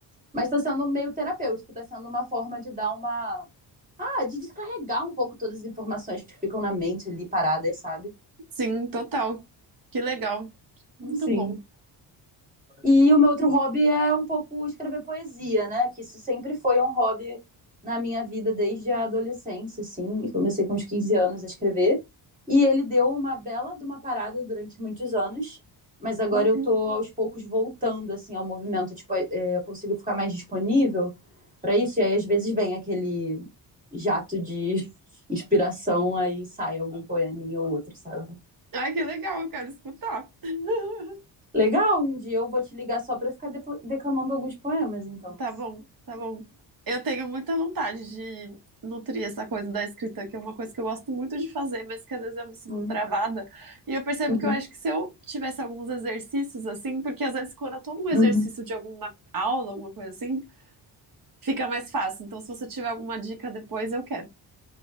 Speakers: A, on the right; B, on the right.
A: Mas tá sendo meio terapêutico, tá sendo uma forma de dar uma. Ah, de descarregar um pouco todas as informações que ficam na mente ali paradas, sabe?
B: Sim, total. Que legal. Muito
A: Sim.
B: bom.
A: E o meu outro hobby é um pouco escrever poesia, né? Que isso sempre foi um hobby na minha vida desde a adolescência, assim. E comecei com uns 15 anos a escrever. E ele deu uma bela de uma parada durante muitos anos. Mas agora
B: Uhum.
A: eu tô aos poucos voltando, assim, ao movimento. Tipo, é, é, eu consigo ficar mais disponível para isso. E aí, às vezes, vem aquele jato de <laughs> inspiração, aí sai algum poeminha ou outro, sabe?
B: Ai, que legal, eu quero escutar. <laughs>
A: Legal, um dia eu vou te ligar só para ficar depo- declamando alguns poemas, então.
B: Tá bom, tá bom. Eu tenho muita vontade de nutrir essa coisa da escrita, que é uma coisa que eu gosto muito de fazer, mas que às vezes eu me sinto
A: Uhum,
B: travada. E eu percebo
A: uhum.
B: que eu acho que se eu tivesse alguns exercícios assim, porque às vezes quando eu tô num exercício
A: uhum.
B: de alguma aula, alguma coisa assim, fica mais fácil. Então, se você tiver alguma dica depois, eu quero.